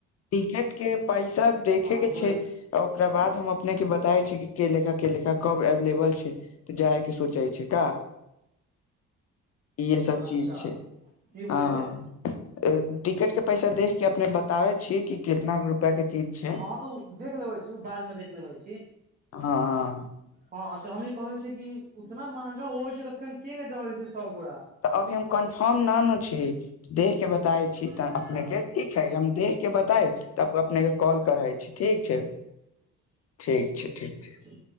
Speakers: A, on the left (about 55°); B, on the right (about 30°).
A: टिकट के पैसा देखे
B: हँ
A: के
B: बोलै
A: छै ओकरा बाद हम अपने के बताय छी की के लेखा के लेखा कब एवेलेबल छै तऽ जाय के सोचे छै का इहे सब चीज
B: अच्छा
A: छय
B: की
A: हँ
B: बोलै छै
A: टिकट के पैसा देख के अपने बताबे छीयय कि कितना रुपआ के चीज छै
B: हँं तऽ ओ देख लेबे छी ओ बाद मे देख लेबे छी
A: हं
B: हँ तऽ हमही कहे छियै कि उतना महंगा होइ छय तऽ फेन के जल छै सब गोड़
A: तऽ अभी हम कन्फर्म न नू छी देखह के बताे छी तऽ
B: अच्छा
A: अपने के ठीक हम देख के बताए तब अपनेके कॉल कराइ ठीक छय ठीक छै ठीक छय
B: छै